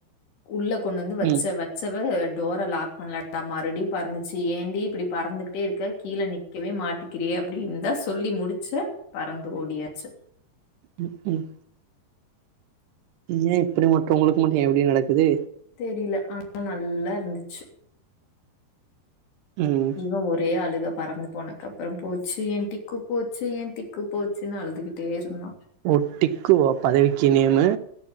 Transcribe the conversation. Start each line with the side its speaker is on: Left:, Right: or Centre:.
Left: உள்ள கொண்டு வந்து வச்ச
Right: ம்
Left: வ சவ டோர லாக் பண்ணலடா மறுபடியும் பறந்துச்சு ஏண்டி இப்படி பறந்துகிட்டே இருக்க கீழே நி கவே மாட்டிக்கிறியே அப்படின்னு தா சொல்லி முடிச்ச பறந்து ஓடியாச்சு
Right: உம் உம் ஏன் இப்படி மட்டும் உங்களுக்கு மட்டும் ஏன் இப்படியே நடக்குது
Left: தெரில ஆனா நல்லா இருந்துச்சு
Right: ம்
Left: இவன் ஒரே அழுக பறந்து போனக்கப்றோ போச்சு என் டிக்கு போச்சு எ டிக்கு போச்சுன்னு அழுதுகிட்டே இருந்தா
Right: ஓ டிக்குவா பதவிக்கி நேமு